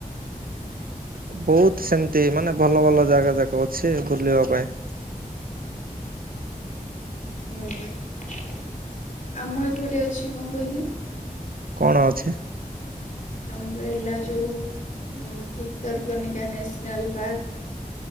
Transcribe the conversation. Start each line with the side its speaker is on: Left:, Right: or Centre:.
Right: ବହୁତ୍ ସେମତି ମାନେ ଭଲ ଭଲ ଜାଗା ଦେଖିବ ଅଛି ବୁଲିବା ପାଇଁ।
Left: ହୁଁ ହୁଁ ଆମ ଏପଟେ ଅଛି କଣ କହିଲେ?
Right: କଣ ଅଛି?
Left: ଆମର ହେଲା ଯୋଉ ଉଁ ଭିତରକନିକା ନେସନାଲ୍ ପାର୍କ।